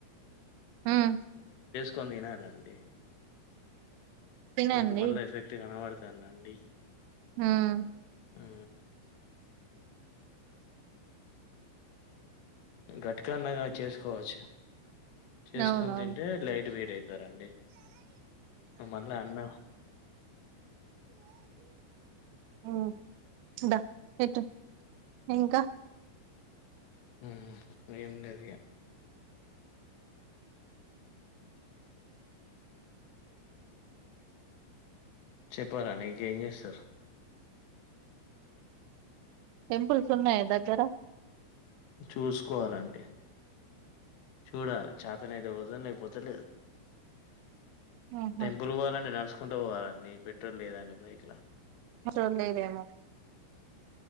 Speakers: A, on the right (about 85°); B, on the left (about 75°).
A: హ్మ్
B: కొని తినాలండి
A: తినండి
B: నాకు మళ్ళ ఎఫెక్ట్ కనపడతాందండి
A: హ్మ్
B: ఉ గట్కన్నగా చేసుకోవచ్చు చేసుకొని
A: అవునవును
B: తింటే లైట్ వెయిటె తరండి మళ్ళ అన్న
A: ఉ ద పెటు ఇంక
B: ఉ ఏం లేదు ఇగ చెప్పాలండి ఇంకేం చేస్తరు
A: టెంపుల్స్ ఉన్నాయా దగ్గర
B: చూసుకోవలండి చూడాలి చాతనయితే పోతం లేకపోతే లేదు
A: ఆహా
B: టెంపుల్ పోవాలంటే నడుస్ కుంటూ పోవాలండి పెట్రోల్ లేదండి బైక్ల
A: చొండు ఏరియా ల